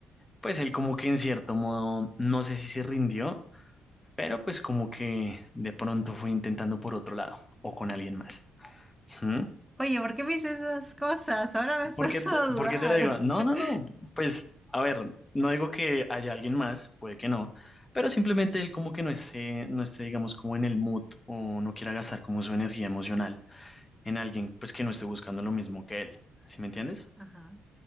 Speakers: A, on the left; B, in the centre.
A: pues él como que en cierto modo, no sé si se rindió, pero pues como que de pronto fue intentando por otro lado o con alguien más. ¿Mm?
B: Oye, ¿por qué me dices esas cosas? Ahora me he puesto
A: ¿Por qué, te-
B: a dudar.
A: por qué te lo digo? No,
B: <laughs>
A: no, no, pues a ver, no digo que haya alguien más, puede que no. Pero simplemente él como que no esté, no esté, digamos, como en el mood o no quiera gastar como su energía emocional. en alguien pues que no esté buscando lo mismo que él, ¿sí me entiendes?
B: Ajá.